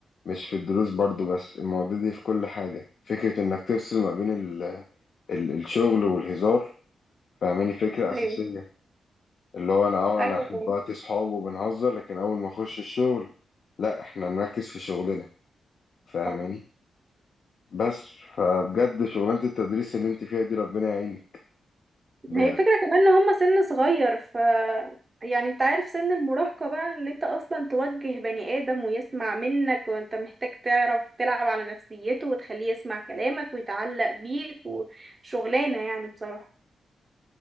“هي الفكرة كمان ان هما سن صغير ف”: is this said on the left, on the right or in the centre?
Right